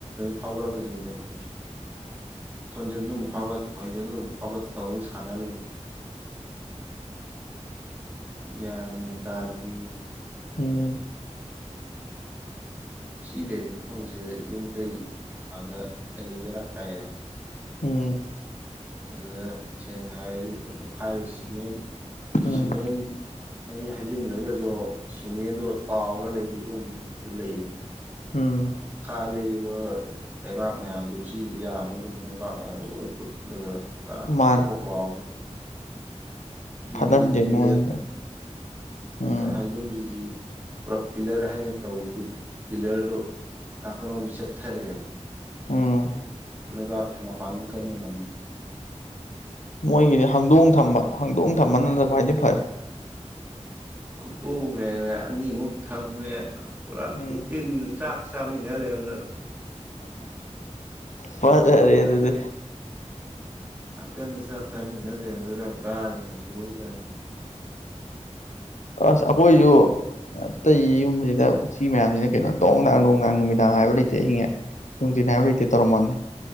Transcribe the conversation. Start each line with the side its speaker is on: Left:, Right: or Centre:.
Right: ꯐꯥꯎꯒꯔꯥꯛ ꯗꯣꯏꯖꯥꯛꯅꯤ ꯊꯣꯟꯖꯦꯜ ꯃꯨꯛ ꯐꯥꯎꯒꯠ ꯊꯣꯟꯖꯦꯜ ꯃꯨꯛ ꯐꯥꯎꯒꯠ ꯇꯧꯅ ꯁꯥꯟꯅ ꯂꯩꯔꯤ ꯒ꯭ꯌꯥꯟ ꯃꯦꯟ ꯇꯥꯗꯕꯤꯅꯦ
Left: ꯎꯝ
Right: ꯎꯆꯤ ꯂꯩ ꯃꯐꯝꯁꯦ ꯌꯨꯝ ꯀꯩ ꯑꯥꯒ ꯍꯥꯏꯔꯗꯤ ꯕꯦꯔꯥ ꯀꯥꯏꯌꯦꯕ
Left: ꯎꯝ
Right: ꯑꯗꯨꯗ ꯌꯦꯡꯉꯥꯏꯗ ꯇꯣꯈꯥꯏꯔ ꯁꯤꯃꯦꯟ
Left: ꯎꯝ
Right: ꯁꯤꯃꯦꯟ ꯃꯥꯍꯤ ꯍꯥꯏꯩꯖꯤꯟꯈ꯭ꯔꯒꯁꯨ ꯁꯤꯃꯦꯟꯗꯣ ꯇꯥꯎꯔ ꯂꯩꯕꯤꯕꯗꯨ ꯂꯩꯌꯦꯕ
Left: ꯎꯝ
Right: ꯃꯈꯥ ꯂꯩꯔꯤ ꯄꯨꯔ ꯂꯩꯕꯥꯛ ꯃꯌꯥꯝꯗꯣ ꯎꯆꯤꯥ ꯌꯥꯝꯃꯨꯔꯒꯗꯤ ꯂꯩꯄꯥꯛ ꯃꯌꯥꯝꯗꯣ ꯂꯣꯏ ꯈꯨꯨꯠꯂꯒ ꯄꯨꯔꯥ
Left: ꯃꯥꯅꯦ
Right: ꯄꯣꯐꯞ ꯂꯎꯔꯒ ꯌꯨꯝꯗꯗꯤ
Left: ꯐꯠꯍꯟꯗꯦ
Right: ꯄꯤꯂꯔ
Left: ꯅꯨꯡꯉꯥꯏꯍꯟꯗꯦ ꯎꯝ
Right: ꯍꯥꯏ ꯌꯨꯝꯁꯤ ꯄꯨꯔꯞ ꯄꯤꯂꯔ ꯍꯥꯏꯅ ꯇꯧꯕꯗꯨ ꯄꯤꯂꯔꯗꯨꯣ ꯅꯥꯀꯟ ꯑꯃꯝꯗꯣ ꯆꯦꯞꯊꯔꯛꯑꯦꯕ
Left: ꯎꯝ
Right: ꯂꯩꯕꯥꯛ ꯃꯄꯥꯒꯟ ꯀꯟꯕꯥ ꯉꯝꯗꯦ
Left: ꯃꯣꯏꯒꯤꯗꯤ ꯍꯥꯡꯗꯣꯡ ꯊꯝꯕ ꯍꯥꯡꯗꯣꯡ ꯊꯝꯕꯅꯅ ꯈ꯭ꯋꯥꯏꯗꯤ ꯐꯔꯦ
Right: ꯍꯧꯗꯣꯡꯉꯦꯅ ꯑꯅꯤꯃꯨꯛ ꯊꯝꯃꯦ ꯄꯨꯔꯥ
Left: ꯎꯝ
Right: ꯎꯇꯤꯟ ꯆꯥꯛ ꯆꯥꯃꯤꯟꯅ ꯂꯩ <unintelligible>
Left: ꯐꯖꯔꯦ
Right: ꯅꯥꯀꯟꯗ
Left: ꯑꯗꯨꯗꯤ
Right: ꯅꯥꯀꯟꯗ ꯆꯥꯛ ꯆꯥꯃꯤꯅ ꯂꯩꯔꯝꯕꯗꯨꯗꯥ ꯀꯥ
Left: ꯑꯁ ꯑꯩꯏꯀꯣꯢ ꯁꯨ ꯑꯇꯩ ꯌꯨꯝꯁꯤꯗ ꯎꯆꯤ ꯃꯌꯥꯝꯁꯤꯅ ꯀꯩꯅꯣ ꯗꯣꯡꯗꯥꯡ ꯗꯣꯡꯗꯥꯡ ꯅꯨꯃꯤꯗꯥꯡ ꯍꯥꯏꯕ ꯂꯩꯇꯦ ꯑꯍꯤꯡꯉꯦ ꯅꯨꯡꯇꯤ ꯅꯥꯏꯕ ꯂꯩꯇꯦ ꯇꯧꯔꯝꯃꯜꯅꯤ